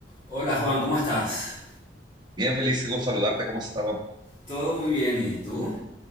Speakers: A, on the left; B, on the right.
A: Hola Juan, ¿cómo estás?
B: Bien, Félix, qué gusto saludarte. ¿Cómo has estado?
A: Todo muy bien, ¿y tú?